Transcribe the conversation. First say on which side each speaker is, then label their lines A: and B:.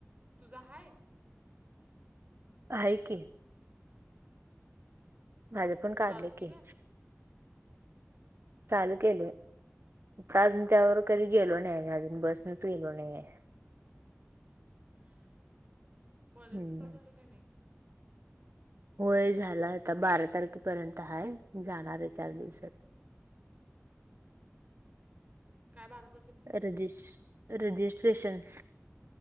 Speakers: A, on the right; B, on the right.
A: तुझा हाय?
B: हाय की. माझं पण काढलंय
A: चालू
B: की.
A: केल्यास
B: चालू केलंय <unintelligible> अजून त्यावर कधी गेलो नाही आम्ही अजून बसनचं फिरलो नाहीये.
A: हम्म. कॉलेजच
B: हम्म.
A: चालू झालं काय नाही?
B: होय झालं आता बारा तारखेपर्यंत हाय, जाणार आहे चार दिवसात
A: काय बारा तार
B: रजिश-रजिस्ट्रेशन